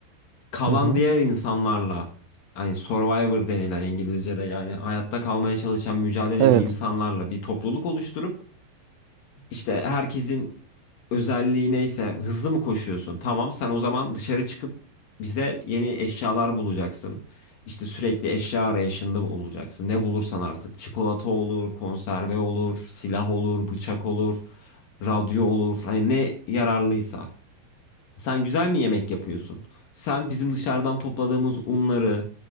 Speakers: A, on the left; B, on the right.
A: kalan
B: Hı hı.
A: diğer insanlarla hani survivor denilen İngilizce'de yani hayatta kalmaya çalışan mücadeleci
B: Evet.
A: insanlarla bir topluluk oluşturup işte herkesin özelliği neyse hızlı mı koşuyorsun? Tamam sen o zaman dışarı çıkıp bize yeni eşyalar bulacaksın. İşte sürekli eşya arayışında olacaksın. Ne bulursan artık çikolata olur, konserve olur, silah olur, bıçak olur, radyo olur. Hani ne yararlıysa. Sen güzel mi yemek yapıyorsun? Sen bizim dışarıdan topladığımız unları,